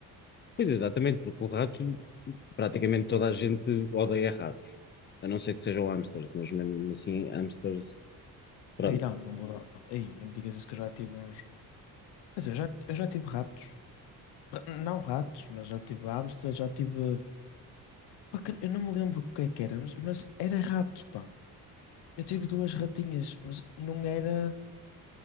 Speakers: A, on the left (about 30°); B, on the left (about 80°).
A: Pois exatamente, porque o rato, praticamente toda a gente odeia ratos, a não ser que sejam hamsters, mas mesmo assim, hamsters, pronto.
B: Aí não, não vou dar. Não. Aí nem me digas isso que eu já tive uns. Quer dizer, eu já, eu já tive ratos. Ra- Não ratos, mas já tive hamster, já tive. Pá, que- Eu não me lembro o que é que era, mas, mas era rato, pá. Eu tive duas ratinhas, mas não era.